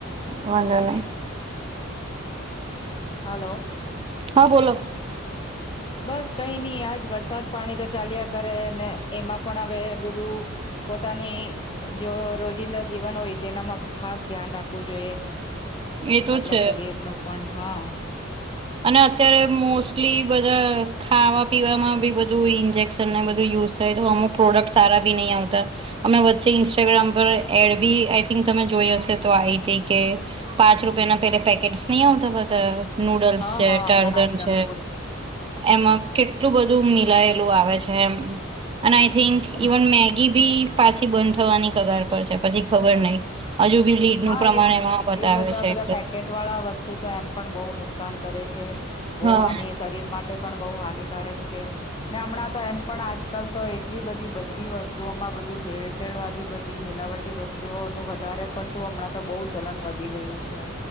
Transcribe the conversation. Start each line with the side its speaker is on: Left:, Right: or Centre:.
Right: વાંઘો
Left: બીજું
Right: નઈ.
Left: હલો.
Right: હા, બોલો.
Left: બસ, કંઈ ની, આજ વરસાદ-પાણી તો ચાલ્યા કરે ને, એમાં પણ હવે બધું પોતાની જો રોજિંદા જીવન હોય તેનામાં ખાસ ધ્યાન રાખવું જોઈએ.
Right: એ તો
Left: આપડા
Right: છે
Left: શરીરનો પણ, હા.
Right: અને અત્યારે મોસ્ટલી બધાં ખાવા-પીવામાં બી બધું ઇન્જેક્શન ને બધું યુઝ થાય, તો અમુક પ્રોડક્ટ સારા બી નઈ આવતા. અમે વચ્ચે ઇન્સ્ટાગ્રામ પર એડ બી, આઈ થિંક, તમે જોઈ હશે તો આયીતી કે પાંચ રૂપિયાના પેલા પેકેટ્સ નઈ આવતા બધા નૂડલ્સ.
Left: હા
Right: છે
Left: હા
Right: ટારજન
Left: હમણાં આ જંક
Right: છે
Left: ફૂડ
Right: એમાં કેટલું બધું મિલાયેલું આવે છે એમ અને આઈ થિંક
Left: હમ
Right: ઇવન મેગી બી પાછી બંધ થવાની કગાર પર છે પછી ખબર નઈ હજુ બી લીડનું
Left: હા
Right: પ્રમાણ
Left: એ બ-
Right: એમાં બતાવે
Left: એ બધા
Right: છે
Left: બધા
Right: એટલે.
Left: પેકેટ વાળા વસ્તુ તો એમ પણ બો નુકસાન કરે છે, બો
Right: હા
Left: હાની શરીર માટે પણ બો હાનિકારક છે ને. અમણાં તો એમ પણ આજકાલ તો એટલી બધી બધી વસ્તુઓમાં બધું ભેળસેળ વાળી, બધી મિલાવટી વસ્તુઓનું વધારે પડ તો હમણાં તો બો ચલન વધી ગયું છે.